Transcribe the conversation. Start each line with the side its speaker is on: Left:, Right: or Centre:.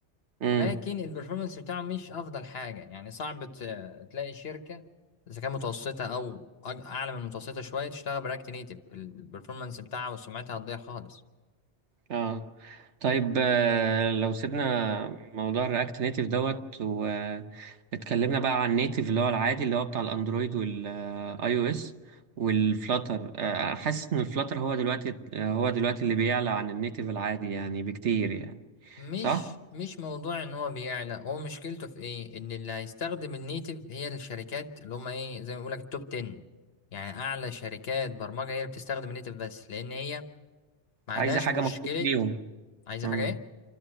Right: امم
Left: ولكن البرفورمانس بتاعه مش افضل حاجه يعني صعب ت- تلاقي شركه اذا كانت متوسطه او أج- اعلى من المتوسطه شويه تشتغل برياكت نيتيف البرفورمانس بتاعها وسمعتها هتضيع خالص
Right: اه طيب آه، لو سيبنا موضوع الرياكت نيتيف دوت واتكلمنا بقى عن النيتيف اللي هو العادي اللي هو بتاع الاندرويد والاي او اس والفلاتر حاسس ان الفلاتر هو دلوقتي آه، هو دلوقتي اللي بيعلى عن النيتيف العادي يعني بكتير يعني
Left: مش
Right: صح
Left: مش موضوع ان هو بيعلى هو مشكلته في ايه ان اللي هيستخدم النيتف هي الشركات اللي هم ايه زي ما بيقولك التوب 10 يعني اعلى شركات برمجة هي اللي بتستخدم النيتف بس لان هي ما عندهاش
Right: عايزه حاجه
Left: مشكلة
Right: مخصوص ليهم
Left: عايزة
Right: امم
Left: حاجة ايه